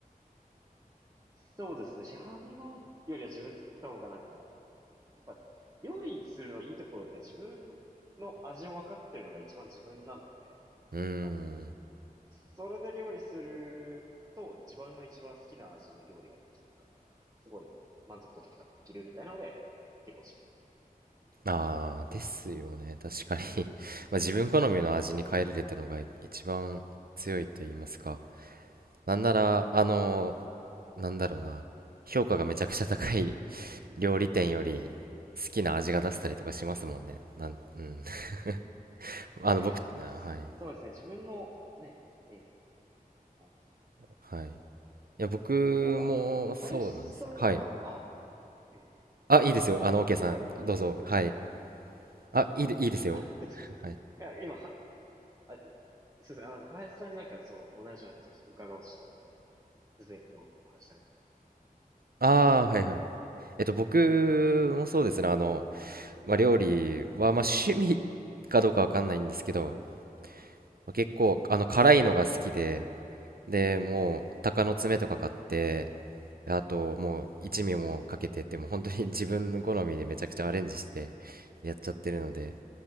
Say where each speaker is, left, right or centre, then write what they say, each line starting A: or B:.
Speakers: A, on the right; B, on the right.
A: そうですね。市販のよりは自分で作った方がなんか、やっぱ、料理するのいいところって自分の味を分かってるのが一番自分なので、
B: うーん。
A: なんか、それで料理すると自分の一番好きな味の料理ができるから、すごい満足度高くできるみたいなので、結構自分で。
B: ああ、ですよね。確かに <laughs> まあ、自分好みの味に変えれるってのが一番強いと言いますか。なんなら、あのーなんだろうな。評価がめちゃくちゃ高い <laughs> 料理店より好きな味が出せたりとかしますもんね。なん、うん。<laughs> あの、
A: いやー、
B: 僕、はい。
A: そうですね。自分のね、ええ、ありますね。
B: はい。いや、僕もそうなんですよ。
A: じゃあなんか、林さんは、
B: はい。
A: あ、ええ、
B: あ、いいですよ。あの、OK さん、
A: あ、いいです、
B: どうぞ。
A: えどうぞ。
B: はい。あ、いいで、いいですよ。
A: <laughs> あ、全然。いや、
B: はい。
A: 今、は、あ、えすいません、あなんか林さんになんかその、同じような感じで伺おうとしてたので、全然今、お話したかった。
B: ああ、はいはい。えっと、僕もそうですね。あの、まあ、料理は、まあ、趣味かどうかわかんないんですけど、まあ結構、あの、辛いのが好きで、で、もう、鷹の爪とか買って、あと、もう、一味もかけてって、もう本当に <laughs> 自分の好みでめちゃくちゃアレンジしてやっちゃってるので、